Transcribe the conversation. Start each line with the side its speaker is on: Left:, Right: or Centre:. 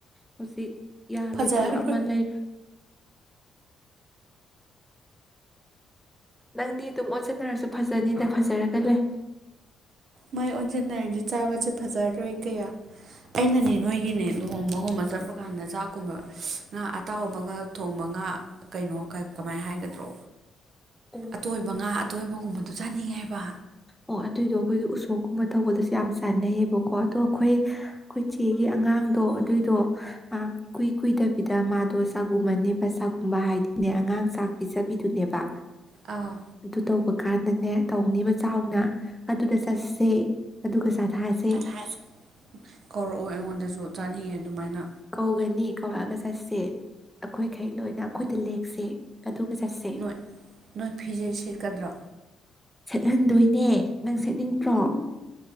Centre: ꯍꯧꯖꯤꯛ ꯌꯥꯔꯣꯏꯗꯕ
Right: ꯐꯖꯔꯔꯣꯏ
Centre: ꯑꯃ ꯂꯩꯕ ꯅꯪꯗꯤ ꯑꯗꯨꯝ ꯑꯣꯟꯖꯟꯅꯔꯁꯨ ꯐꯖꯅꯤꯅ ꯐꯖꯔꯒ ꯂꯩ
Right: ꯃꯥꯏ ꯑꯣꯟꯁꯤꯟꯅꯔꯗꯤ ꯆꯥꯕꯁꯤ ꯐꯖꯔꯣꯏ ꯀꯌꯥ ꯑꯩꯅꯅꯦ ꯅꯣꯏꯒꯤꯅꯦ ꯂꯨꯍꯣꯡꯕꯒꯨꯝꯕ ꯆꯠꯄ ꯆ ꯀꯥꯟꯗ ꯆꯥꯛꯀꯨꯝꯕ ꯉꯥ ꯑꯇꯥꯎꯕꯒꯥ ꯊꯣꯡꯕ ꯉꯥ ꯀꯩꯅꯣ ꯀꯃꯥꯏꯅ ꯍꯥꯏꯒꯗ꯭ꯔꯣ
Centre: ꯑꯣ
Right: ꯑꯇꯣꯏꯕ ꯉꯥ ꯑꯇꯣꯏꯕꯒꯨꯝꯕꯗꯨ ꯆꯥꯅꯤꯡꯉꯦ ꯍꯥꯏꯕ
Centre: ꯑꯣ ꯑꯗꯨꯏꯗꯣ ꯑꯩꯈꯣꯏꯒꯤ ꯎꯁꯣꯞꯀꯨꯝꯕ ꯇꯧꯕꯗꯁꯨ ꯌꯥꯝ ꯆꯥꯅꯩꯌꯦꯕꯀꯣ ꯑꯗꯣ ꯑꯩꯈꯣꯏ ꯑꯩꯈꯣꯏ ꯆꯦꯡ ꯒꯤ ꯑꯉꯥꯡꯗꯣ ꯑꯗꯨꯏꯗꯣ ꯉꯌꯥꯛ ꯀꯨꯏ ꯀꯨꯏꯗꯕꯤꯗ ꯃꯥꯗꯣ ꯆꯥꯛꯒꯨꯝꯕꯅꯦꯕ ꯆꯥꯛꯒꯨꯝꯕ ꯍꯥꯏꯗꯤꯅꯦ ꯑꯉꯥꯡ ꯆꯥꯛ ꯄꯤꯖꯕꯤꯗꯨꯅꯦꯕ꯫
Right: ꯑꯥ
Centre: ꯑꯗꯨ ꯇꯧꯕ ꯀꯥꯟꯗꯅꯦ ꯇꯧꯅꯦꯕ ꯆꯥꯎꯅ ꯑꯗꯨꯗ ꯆꯠꯁꯦ ꯑꯗꯨꯒ ꯆꯥ ꯊꯁꯤ꯫
Right: ꯆꯊꯁꯤ ꯀꯧꯔꯛꯑꯣ ꯑꯩꯉꯣꯟꯗꯁꯨ ꯆꯥꯅꯤꯡꯉꯦ ꯑꯗꯨꯃꯥꯏꯅ
Centre: ꯀꯧꯒꯅꯤ ꯀꯧꯔꯛꯑꯒ ꯆꯠꯁꯦ ꯑꯩꯈꯣꯏꯈꯩ ꯂꯣꯏꯅ ꯑꯩꯈꯣꯏꯗ ꯂꯦꯛꯁꯦ ꯑꯗꯨꯒ ꯆꯠꯁꯦ
Right: ꯅꯣꯏ ꯅꯣꯏ ꯐꯤꯖꯦꯠ ꯁꯦꯠꯀꯗ꯭ꯔꯣ
Centre: ꯍꯟꯗꯣꯏꯅꯦ ꯅꯪ ꯁꯦꯠꯅꯤꯡꯇꯔꫭ?